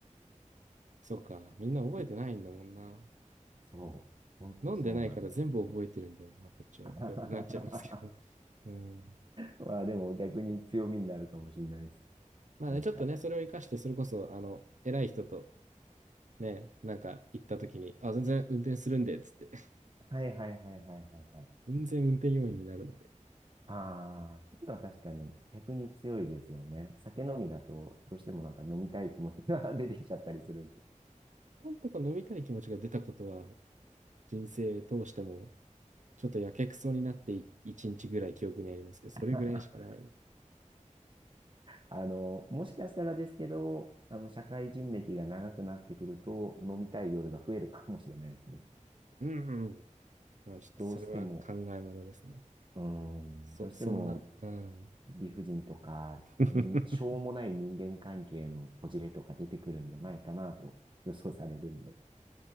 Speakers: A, on the right; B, on the right.
A: そうか、みんな覚えてないんだもんな。
B: そう。ほんとそうなんですよね。
A: 飲んでないから全部覚えてるんだよな、こっちはってなっちゃいますけど。
B: <laughs>
A: うん
B: まあでも逆に強みになるかもしれないです。
A: まあね、
B: なんか、
A: ちょっとね、それを生かして、それこそ、あの、偉い人とね、なんか行った時に、あ、全然運転するんで、つって、<laughs>
B: はいはいはいはいはいはい。
A: 全然運転要員になるので、
B: ああ、そういうのは確かに逆に強いですよね。酒飲みだとどうしてもなんか飲みたい気持ちが <laughs> 出てきちゃったりするんで。
A: なんとか飲みたい気持ちが出たことは、人生通しても、ちょっとやけくそになって一日ぐらい記憶にありますけど、それぐらいしかない。
B: <laughs> あの、もしかしたらですけど、あの、社会人歴が長くなってくると飲みたい夜が増えるかもしれないですね。
A: うんうん。まあちょっとそれは考えものですね。
B: どうしても、うーん、
A: そ、
B: どうしても
A: そんな、うん。
B: 理不尽とか、
A: <laughs>
B: に、しょうもない人間関係のこじれとか出てくるんじゃないかなと予想されるんで。